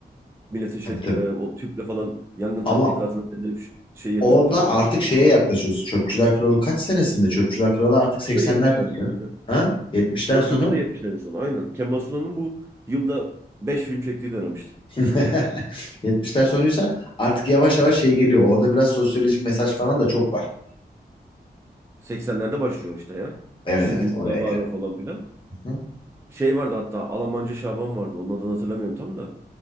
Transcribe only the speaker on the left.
tabii
tabii.
Ama
Orada
artık
şeye yaklaşıyorsun. Çöpçüler Kralı kaç senesinde? Çöpçüler Kralı artık 80'ler
gidiyor.
Ha? 70'ler
sonu.
<laughs> 70'ler sonuysa artık yavaş yavaş şey geliyor. Orada biraz sosyolojik mesaj falan da çok var.
Evet
evet oraya
yani.
Hı?